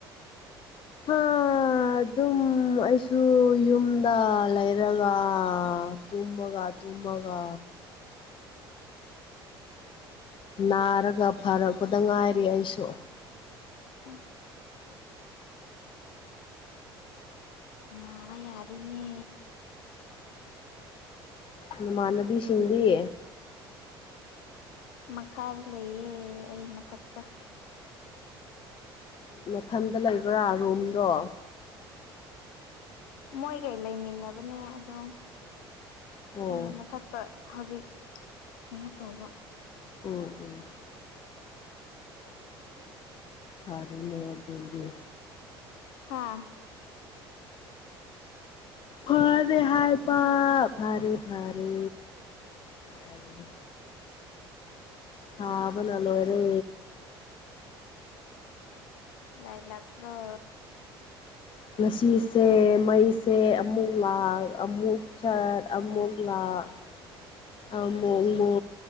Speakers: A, on the left; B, on the left.
A: ꯍꯥ ꯑꯗꯨꯝ ꯑꯩꯁꯨ ꯌꯨꯝꯗ ꯂꯩꯔꯒ ꯇꯨꯝꯕꯒ ꯇꯨꯝꯃꯒ ꯅꯥꯔꯒ ꯐꯔꯛꯄꯗ ꯉꯥꯏꯔꯤ ꯑꯩꯁꯨ
B: ꯎꯝ ꯉꯕ ꯌꯥꯗꯅꯦ
A: ꯎꯝ ꯃꯥꯅꯕꯤ ꯁꯤꯗꯤ
B: ꯃꯈꯥꯗ ꯂꯩꯌꯦ ꯑꯩ ꯃꯊꯛꯀ
A: ꯃꯊꯟꯇ ꯂꯩꯕ꯭ꯔꯥ ꯔꯨꯝꯗꯣ
B: ꯃꯣꯏꯒꯩ ꯂꯩꯃꯤꯟꯅꯕꯅꯦ ꯑꯗꯨꯝ
A: ꯑꯣ
B: ꯑꯩꯅ ꯃꯊꯛꯇ ꯍꯧꯖꯤꯛ ꯀꯩꯅꯣ ꯇꯧꯕ
A: ꯎꯝ ꯎꯝ ꯐꯔꯦꯅꯦꯗꯒꯤ
B: ꯍꯥꯥ
A: ꯐꯔꯦ ꯍꯥꯏꯥꯏ ꯄ ꯐꯔꯦ ꯐꯔꯦ ꯍꯥꯏꯕꯗꯨ ꯁꯥꯕꯅꯂꯔ
B: ꯂꯥꯏ ꯂꯥꯛꯄ꯭ꯔꯣ
A: ꯉꯁꯤꯁꯦ ꯃꯩꯁꯦ ꯑꯃꯨꯛ ꯂꯥꯛꯈ ꯑꯃꯨꯛ ꯆꯠ ꯑꯃꯨꯛ ꯂꯥꯛꯈ ꯑ ꯃꯨꯃ